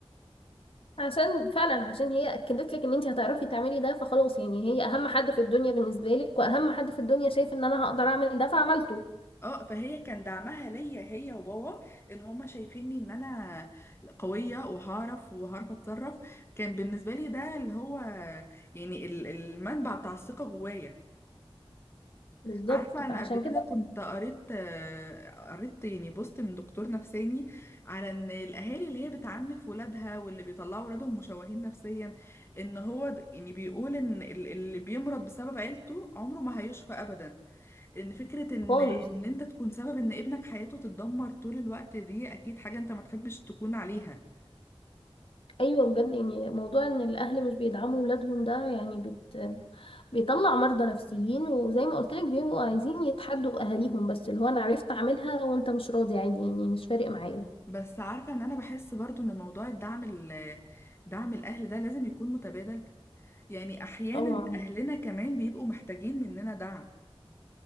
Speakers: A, on the left; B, on the left.
A: عشان فعلا عشان هي اكدت لك ان انت هتعرفي تعملي ده فخلاص يعني هي اهم حد في الدنيا بالنسبه لك واهم حد في الدنيا شايف ان انا هقدر اعمل ده فعملته
B: اه فهي كان دعمها ليا هي وبابا ان هما شايفيني ان انا قوية وهعرف وهعرف اتصرف كان بالنسبة لي ده اللي هو يعني ال- المنبع بتاع الثقة جوايا
A: بالظبط
B: عارفة انا
A: فعشان
B: قبل كده
A: كده
B: كنت قريت آه، قريت يعني بوست من دكتور نفساني على ان الاهالي اللي هي بتعنف ولادها واللي بيطلعوا ولادهم مشوهين نفسيا ان هو د- يعني بيقول ان ال- اللي بيمرض بسبب عيلته عمره ما هيشفى ابدا ان فكرة ان
A: خالص
B: ان انت تكون سبب ان ابنك حياته تتدمر طول الوقت دي اكيد حاجة انت ما تحبش تكون عليها
A: ايوه بجد يعني موضوع ان الاهل مش بيدعموا ولادهم ده يعني بت... بيطلع مرضى نفسيين وزي ما قلت لك بيبقوا عايزين يتحدوا اهاليهم بس اللي هو انا عرفت اعملها وانت مش راضي عادي يعني مش فارق معايا
B: بس عارفة ان انا بحس برضو ان موضوع الدعم ال- دعم الاهل ده لازم يكون متبادل يعني احيانا
A: طبعا
B: اهلنا كمان بيبقوا محتاجين مننا دعم